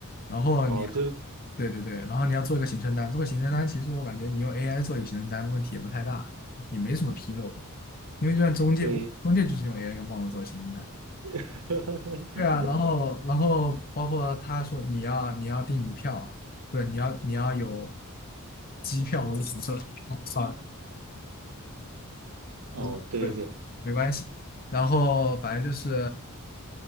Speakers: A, on the left; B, on the right.
A: 然后你，
B: 哦，就
A: 对对对，然后你要做一个行程单，做个行程单，其实我感觉你用 AI 做一个行程单问题也不太大，也没什么纰漏，因为就像中介，
B: 对，
A: 我中介就是用 AI 帮我做行程单。
B: <laughs>
A: 对啊，然后然后包括他说你要你要订票啊，不是你要你要有机票或者什么设哦，啊算了，
B: 哦，
A: 不是对，
B: 对对，
A: 没关系。然后反正就是